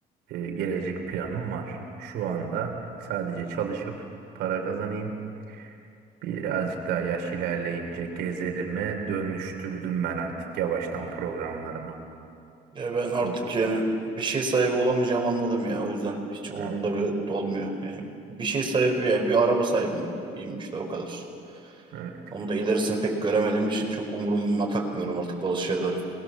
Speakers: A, on the right; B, on the right.
A: e, gelecek planım var. Şu anda sadece çalışıp para kazanayım. Birazcık daha yaş ilerleyince gezerime dönüştürdüm ben artık yavaştan programlarımı.
B: Ya ben artık
A: Çünkü
B: yani bir şey sahibi olamayacağım anladım ya. O yüzden hiç umurumda
A: evet,
B: bile olmuyor. Yani bir şey sahibi yani bir araba sahibiyim işte o kadar.
A: evet,
B: Onu da ilerisini pek göremediğim için çok umuruma takmıyorum artık bazı şeyler.